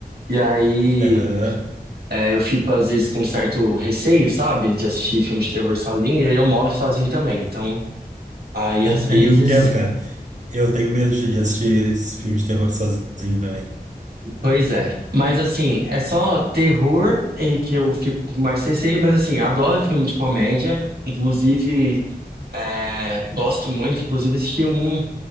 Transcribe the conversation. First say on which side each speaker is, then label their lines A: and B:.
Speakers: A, on the right; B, on the right.
A: e aí
B: Aham.
A: é, eu fico, às vezes, com certo receio, sabe, de assistir filme de terror sozinho, e aí eu moro sozinho também, então, aí,
B: <laughs>
A: às vezes.
B: Eu entendo, cara. Eu tenho medo de assistir esse filme de terror sozinho também.
A: Pois é, mas assim, é só terror em que eu fico com mais receio, mas assim, adoro filme de comédia, inclusive é, gosto muito, inclusive assisti um